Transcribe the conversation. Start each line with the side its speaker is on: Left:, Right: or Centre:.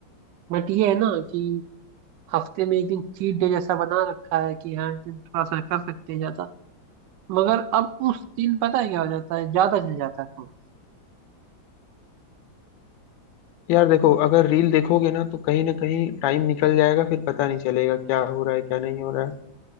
Right: बट ये है ना कि हफ्ते में एक दिन चीट डे जैसा बना रखा है कि हाँ इस दिन थोड़ा सा कर सकते हैं ज्यादा मगर अब उस दिन पता है क्या हो जाता है ज्यादा चल जाता है फोन
Left: यार देखो अगर रील देखोगे ना तो कहीं ना कहीं टाइम निकल जाएगा फिर पता नहीं चलेगा क्या हो रहा है क्या नहीं हो रहा है